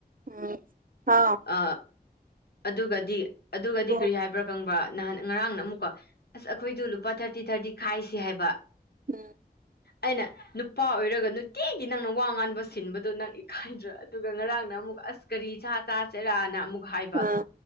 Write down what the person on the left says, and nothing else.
ꯑ ꯑꯗꯨꯒꯗꯤ ꯑꯗꯨꯒꯗꯤ
ꯀꯔꯤ ꯍꯥꯏꯕ꯭ꯔꯥ ꯈꯪꯕ꯭ꯔꯥ ꯅꯍꯥꯟ ꯉꯔꯥꯡꯅ ꯑꯃꯨꯛꯀꯣ ꯑꯁ ꯑꯩꯈꯣꯏꯗꯣ ꯂꯨꯄꯥ ꯊꯥꯔꯇꯤ ꯊꯥꯔꯇꯤ ꯈꯥꯏꯁꯤ ꯍꯥꯏꯕ
ꯑꯩꯅ ꯅꯨꯄꯥ ꯑꯣꯏꯔꯒ ꯅꯨꯠ ꯏꯦꯒꯤ ꯅꯪꯅ ꯋꯥ ꯉꯥꯟꯕ ꯁꯤꯟꯕꯗꯣ ꯅꯪ ꯏꯈꯥꯏꯗ꯭ꯔꯣ ꯑꯗꯨꯒ ꯉꯔꯥꯡꯅ ꯑꯃꯨꯛ ꯑꯁ ꯀꯔꯤ ꯁꯥ ꯆꯥꯁꯦꯔꯥꯅ ꯑꯃꯨꯛ ꯍꯥꯏꯕ